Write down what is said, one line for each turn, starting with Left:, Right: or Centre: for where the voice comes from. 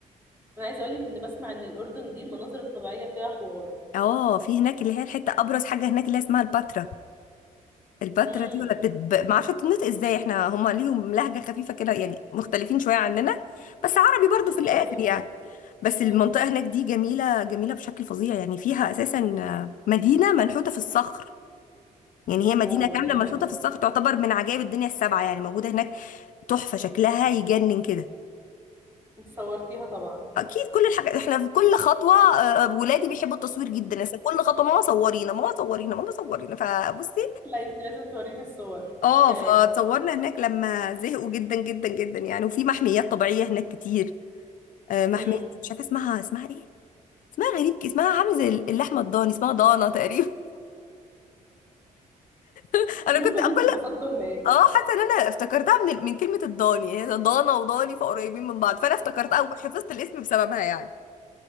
Right: أنا عايزة أقولك إن بسمع إن الأردن دي المناظر الطبيعية فيها حوار
Left: اه في هناك اللي هي الحته ابرز حاجه هناك اللي هي اسمها الباترا الباترا
Right: امم
Left: دي ولا بت... ب... ما اعرفش تنطق ازاي احنا هم ليهم لهجه خفيفه كده يعني مختلفين شويه عننا بس عربي
Right: يا
Left: برضو
Right: ستي
Left: في الاخر
Right: البحر
Left: يعني
Right: حلو
Left: بس المنطقه
Right: أمم.
Left: هناك دي جميله جميله بشكل فظيع يعني فيها اساسا آه، مدينه منحوته في الصخر يعني هي مدينة
Right: اوه
Left: كاملة
Right: ده جامد
Left: ملحوطة
Right: ده
Left: في الصخر تعتبر من عجائب الدنيا السبعة يعني موجودة هناك تحفة شكلها يجنن كده
Right: انت صورتيها طبعا
Left: أكيد كل الحاجات إحنا في كل خطوة آه، آه، ولادي بيحبوا التصوير جدا أصل كل خطوة ماما صورينا ماما صورينا ماما صورينا فبصي
Right: لا انت لازم توريني الصور
Left: اه
Right: مفيش كلام
Left: فتصورنا هناك لما زهقوا جدا جدا جدا يعني وفي محميات طبيعية هناك كتير آه، محمية
Right: امم
Left: مش عارفة اسمها اسمها ايه اسمها غريب كده اسمها عامل زي اللحمة الضاني اسمها ضانة تقريبا <laughs> أنا
Right: المهم
Left: كنت
Right: ان
Left: كل
Right: انتوا اتبسطتوا هناك
Left: اه حاسه ان انا افتكرتها من ال- من كلمه الضاني هي ضانا وضاني فقريبين من بعض فانا افتكرتها وحفظت الاسم بسببها يعني